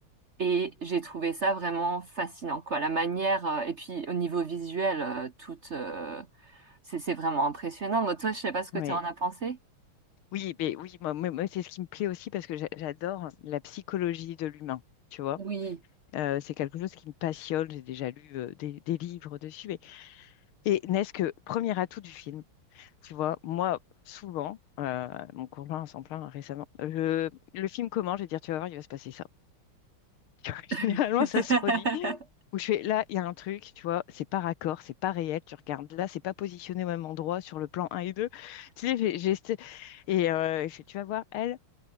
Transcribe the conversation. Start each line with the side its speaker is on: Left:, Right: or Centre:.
Right: Et j'ai trouvé ça vraiment fascinant, quoi. La manière, euh, et puis au niveau visuel, euh, toute, euh, c'est c'est vraiment impressionnant. Moi, toi, je sais pas ce
Left: ouais.
Right: que tu en as pensé.
Left: Oui, mais oui, moi, moi, moi, c'est ce qui me plaît aussi parce que j'a- j'adore la psychologie de l'humain, tu vois.
Right: Oui.
Left: Euh, c'est quelque chose qui me passionne. J'ai déjà lu euh, des, des livres dessus. mais- Et n'est-ce que premier atout du film, tu vois, moi, souvent, euh, mon conjoint s'en plaint récemment, euh, le, le film commence, je vais dire, tu vas voir, il va se passer ça. Tu vois, <laughs> Généralement,
Right: <laughs>
Left: ça se produit. Où je fais, là, il y a un truc, tu vois, c'est pas raccord, c'est pas réel, tu regardes, là, c'est pas positionné au même endroit sur le plan un et deux Tu sais, j'ai... j'ai cette- Et euh, je fais, tu vas voir, elle,